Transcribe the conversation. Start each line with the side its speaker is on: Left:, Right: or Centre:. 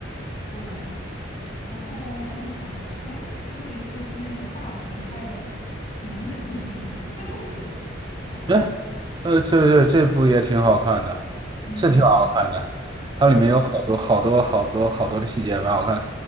Left: 对。然后还有啥？还有还有一部是那个大鹏拍的《年会不能停》，这个我觉得挺好看的。
Right: 对，对对对，这部也挺好看的，
Left: 嗯，
Right: 是挺好看的。它里面有好多好多好多好多的细节，
Left: 对
Right: 蛮好看